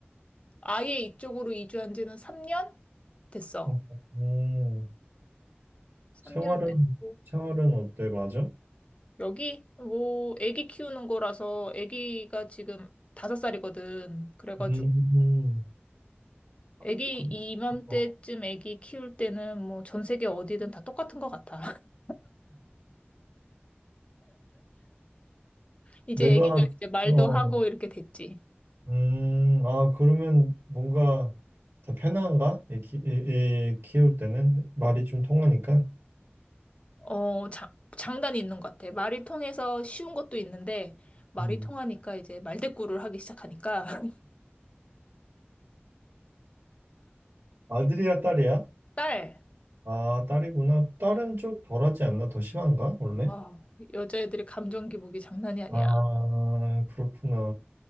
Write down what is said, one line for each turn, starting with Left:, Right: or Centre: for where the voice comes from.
Left: 아예 이쪽으로 이주한 지는 3년 됐어.
Right: 음, 음.
Left: 3년
Right: 생활은,
Left: 됐고.
Right: 생활은 어때? 맞아?
Left: 여기 뭐 애기 키우는 거라서 애기가 지금 5살이거든. 그래가지고.
Right: 음, 그-
Left: 애기 이맘때쯤
Right: 그렇구나.
Left: 애기 키울 때는 뭐 전 세계 어디든 다 똑같은 것 같아. <laughs> 이제
Right: 내가,
Left: 애기가 이제 말도
Right: 어,
Left: 하고 이렇게 됐지.
Right: 음, 아, 그러면 뭔가 더 편한가? 애, 키, 애, 애 키울 때는 말이 좀 통하니까.
Left: 어, 자, 장단이 있는 것 같아. 말이 통해서 쉬운 것도 있는데 말이
Right: 음.
Left: 통하니까 이제 말대꾸를 하기 시작하니까 <laughs>
Right: 아들이야, 딸이야?
Left: 딸.
Right: 아, 딸이구나. 딸은
Left: 응.
Right: 좀 덜하지 않나? 더 심한가? 원래?
Left: 어, 여자애들의 감정 기복이 장난이 아니야.
Right: 아, 그렇구나.